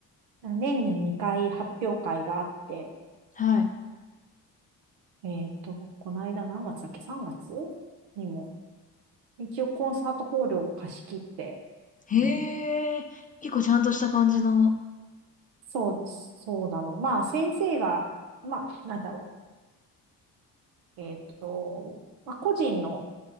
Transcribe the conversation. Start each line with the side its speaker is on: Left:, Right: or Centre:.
Right: 年に2回発表会があって、
Left: はい。
Right: えっと、この間何月だっけ ?3 月にも、一応コンサートホールを貸し切って、
Left: へえ、
Right: うん
Left: 結構ちゃんとした感じの。
Right: そう、そうなの。まあ、先生が、まあ、なんだろう。えーっと、まあ、個人の